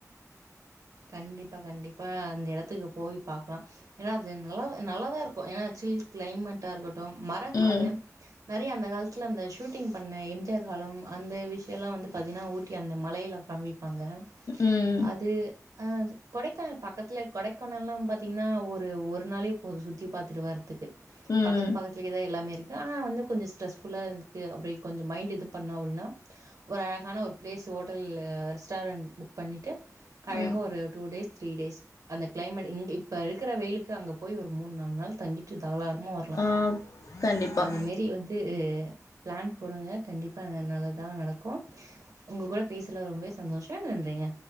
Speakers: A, on the right; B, on the left.
A: கண்டிப்பா கண்டிப்பா அந்த எடத்துக்கு போய் பாக்லாம் ஏன்னா அது நல்லா நல்லாதா இருக்கூ ஏன்னா சில் கிளைமேட்டா இருக்கட்டு மரங்களு
B: ம்
A: நெறைய அந்த காலத்துல அந்த ஷூட்டிங் பண்ண எம் ஜிஆர் காலம் அந்த விஷ்யல்லா வந்து பாத்திங்னா ஊட்டி அந்த மலைல காமி பாங்க
B: ம்
A: அது ஆ கொடைக்கானல் பக்கத்துல கொடைக்கானல்லா பாத்தீங்கன்னா ஒரு ஒரு நாளே போது சுத்தி பாத்துட்டு வர துக்கு
B: ம்
A: பக்கத்து பக்கத்துலதா எல்லாமே இருக்கு ஆனா வந்து கொஞ்சோ ஸ்ட்ரெஸ்ஃபுல்லா இருக்கு அப்டி கொஞ்சொ மைண்டு இது பண்ணோ அப்டின்னா ஒரு அழகான ஒரு ப்ளேஸ் ஹோட்டல் ரெஸ்டாரண்ட் புக் பண்ணிட்டு அழகா
B: ம்
A: ஒரு டூ டேஸ் த்ரீ டேஸ் அந்த கிளைமேட் இங்க இப்ப இருக்குற வெயிலுக்கு அங்க போய் ஒரு மூனு நாலு நாள் தங்கிட்டு தாராளமா வர க்லா
B: ஆ கண்டிப்பா
A: அதுமேரி வந்து து பிளான் போடுங்க கண்டிப்பா நல்லதா நடக்கு உங்க கூட பேசுனதுல ரொம்பவே சந்தோஷோ நன்றிங்க